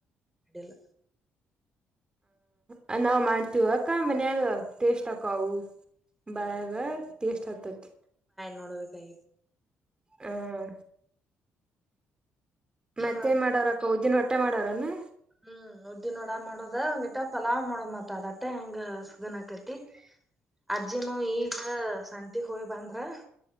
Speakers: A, in the centre; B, on the right.
A: ಇಡಲ್ಲ
B: ಹ ನಾವ್ ಮಾಡ್ತೀವ ಅಕ್ಕ ಮನ್ಯಾಗ ಟೇಸ್ಟ್
A: ಹ್ಮ್
B: ಅಕವು
A: ಹ್ಮ್ ಹೌ
B: ಬಾಯಾಗ ಟೇಸ್ಟ್ ಹತತ್
A: ನೋಡ ಕೈ
B: ಹ್ಮ ಮತ್ತೆನ್
A: ಮತ್
B: ಮಾಡೋ್ರಕ್ಕ ಉದಿನ ಬಟ್ಟೆ ಮಾಡೋ್ರನ್ನು
A: ಹ್ಮ್ ಉದ್ದಿನೋಡ ಮಾಡೋದ ಒಂಗಿಟ ಪಲಾವ್ ಮಾಡೋ ಮಾತ ಅದಟ ಹೆಂಗ ಸಗನ್ ಆಕತಿ
B: ಹ
A: ಅಜ್ಜಿನು ಈಗ ಸಂತಿ ಹೋಯಿ ಬಂದ್ರ